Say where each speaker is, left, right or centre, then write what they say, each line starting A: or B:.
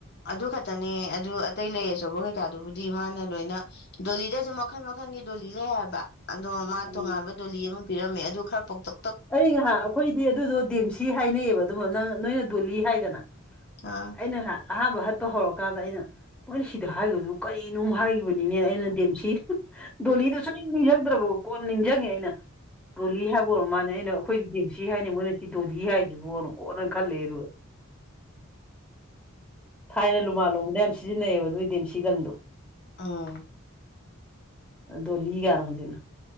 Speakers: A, on the left; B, in the centre.
A: ꯑꯗꯨ ꯈꯛꯇꯅꯦ ꯑꯗꯨ ꯑꯇꯩ ꯂꯩ ꯑꯆꯧꯕ ꯀꯩꯀꯥꯗꯨꯕꯨꯗꯤ ꯃꯥꯅ ꯂꯣꯏꯅ ꯗꯣꯂꯤꯗꯁꯨ ꯃꯈꯜ ꯃꯈꯜꯒꯤ ꯗꯣꯂꯤ ꯂꯩ ꯍꯥꯏꯕ ꯑꯗꯣ ꯃꯥ
B: ꯎꯝ
A: ꯇꯣꯉꯥꯟꯕ ꯗꯣꯂꯤ ꯑꯃ ꯄꯤꯔꯝꯃꯦ ꯑꯗꯨ ꯈꯔ ꯄꯣꯛꯇ
B: ꯑꯩ ꯉꯥꯏꯍꯥꯛ ꯑꯩꯈꯣꯏꯗꯤ ꯑꯗꯨꯗꯣ ꯗꯦꯝꯁꯤ ꯍꯥꯏꯅꯩꯕ ꯑꯗꯨꯃ ꯅꯪ ꯅꯣꯏꯅ ꯗꯣꯂꯤ ꯍꯥꯏꯗꯅ
A: ꯑ
B: ꯑꯩꯅ ꯉ ꯑꯍꯥꯟꯕ ꯍꯠꯄ ꯍꯧꯔꯀꯥꯟꯗ ꯑꯩꯅ ꯃꯣꯏꯅ ꯁꯤꯗ ꯍꯥꯏꯈꯤꯕꯗꯨ ꯀꯔꯤꯅꯣ ꯍꯥꯏꯈꯤꯕꯅ ꯕꯅꯦ ꯑꯩꯅ ꯦꯝꯁꯤ ꯗꯣꯂꯤꯗ ꯁ ꯅꯤꯡꯁꯤꯡꯗ꯭ꯔꯕ ꯀꯣꯟ ꯅꯤꯡꯁꯤꯡꯉꯦ ꯑꯩꯅ ꯔꯂꯤ ꯍꯥꯕꯕꯨꯣ ꯃꯥꯅꯦ ꯑꯩꯅ ꯑꯩꯈꯣꯏꯗꯤ ꯖꯦꯝꯁꯤ ꯍꯥꯏꯅꯤ ꯃꯣꯏꯅ ꯁꯤ ꯗꯣꯂꯤ ꯍꯥꯏꯁꯤꯕꯣꯅ ꯀꯣꯠꯅ ꯈꯜꯂꯦ ꯑꯗꯨꯒ ꯊꯥꯏꯅ ꯂꯨꯃꯥ ꯂꯣꯝꯗꯅ ꯌꯥꯝ ꯁꯤꯖꯤꯟꯅꯩꯌꯦꯕ ꯑꯗꯨꯏꯗꯤꯦꯝ ꯁꯤꯔꯪꯗꯣ
A: ꯑꯥ
B: ꯗꯣꯜꯂꯤꯒꯔ ꯍꯧꯖꯤꯦꯅ